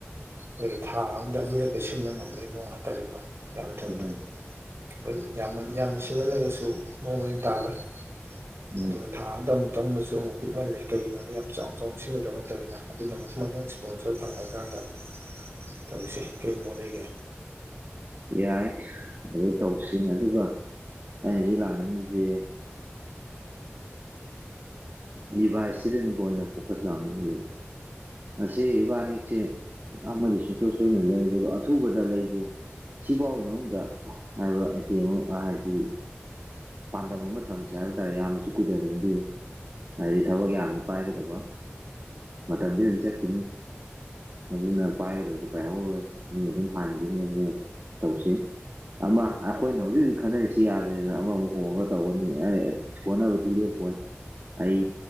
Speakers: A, on the right; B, on the right.
A: ꯑꯩꯈꯣꯏꯗꯤ ꯊꯥ ꯑꯃꯗ ꯑꯅꯤꯔꯛꯛꯀ ꯁꯤꯟꯕ ꯉꯝꯕꯒꯤ ꯃꯑꯣꯡ ꯍꯥꯏꯇꯥꯔꯦꯀꯣ ꯌꯥꯝꯗ꯭ꯔꯕꯗꯥ
B: ꯎꯝ
A: ꯍꯣꯏ ꯌꯥꯝꯃꯟ ꯌꯥꯝꯅ ꯁꯦꯟꯃꯜꯂꯒꯁꯨ ꯃꯑꯣꯡ ꯃꯔꯤꯟ ꯇꯥꯔꯣꯏ
B: ꯎꯝ
A: ꯑꯗꯨꯈ ꯊꯥ ꯑꯗꯥ ꯑꯃꯨꯛ ꯇꯪꯕꯁꯨ ꯑꯃꯨꯛ ꯄꯤꯛꯍꯜꯂꯦ ꯀꯩꯒꯤꯅꯣꯗ ꯌꯥꯝ ꯆꯥꯎ ꯆꯥꯎꯅ ꯁꯤꯟꯒꯗꯕ ꯅꯠꯇꯕꯅꯤꯅ ꯑꯗꯨꯅ ꯃꯊꯪ ꯃꯊꯪ ꯏꯁꯄꯣꯟꯁꯔ ꯐꯪꯉꯛꯑꯀꯥꯟꯗ
B: <unintelligible>
A: ꯇꯧꯁꯦ ꯀꯩ ꯃꫭꯠ ꯂꯩꯒꯦ
B: ꯌꯥꯏ ꯑꯗꯨ ꯇꯧꯁꯤ ꯑꯗꯨꯒ ꯑꯩꯍꯧꯖꯤꯛ ꯂꯥꯛꯅꯤꯡꯉꯁꯦ ꯗꯤꯚꯥꯏꯁꯁꯤꯗꯅꯤꯀꯣ ꯑꯩꯅ ꯐꯣꯀꯁ ꯂꯥꯛꯍꯟꯅꯤꯡꯉ‌ꯦꯖ‌ꯦ ꯉꯁꯤ ꯏꯕꯥꯅꯤꯁꯦ ꯑꯃꯗꯤ ꯁꯨꯡꯁꯣꯏ ꯁꯣꯏꯗꯅ ꯂꯩꯒꯦ ꯑꯗꯣ ꯑꯊꯨꯕꯗ ꯂꯩꯁꯦ ꯁꯤꯐꯥꯎꯕ ꯃꯅꯨꯡꯗ ꯍꯥꯏꯕ ꯑꯇꯦꯝ ꯍꯥꯏꯕꯗꯤ ꯄꯥꯟꯗꯝ ꯑꯃ ꯊꯝꯁꯦ ꯍꯥꯏꯕ ꯇꯥꯔꯦ ꯌꯥꯝꯅꯁꯨ ꯀꯨꯏꯊꯅꯤꯡꯗꯦ ꯍꯥꯏꯗꯤ ꯊꯕꯛ ꯌꯥꯝꯃꯦ ꯄꯥꯏꯒꯗꯕ ꯃꯇꯝꯗꯤ ꯑꯗꯨꯝ ꯆꯠꯈꯤꯅꯤ ꯑꯗꯨꯅ ꯄꯥꯏꯒꯗꯕꯗꯤ ꯄꯥꯏꯍꯧꯔꯣꯏ ꯃꯤ ꯑꯗꯨꯝ ꯍꯥꯟꯈꯤꯅꯤ ꯑꯗꯨꯅ ꯇꯧꯁꯤ ꯑꯃ ꯑꯩꯈꯣꯏꯅ ꯍꯧꯖꯤꯛ ꯍꯧꯖꯤꯛ ꯈꯟꯅꯔꯤꯁꯤ ꯌꯥꯗ꯭ꯔꯦꯗꯅ ꯑꯃꯃꯨꯛ ꯍꯣꯡꯉꯒ ꯇꯧꯒꯅꯤ ꯑꯩ ꯍꯣꯠꯅꯕꯗꯤ ꯂꯦꯞꯄꯣꯏ ꯑꯩ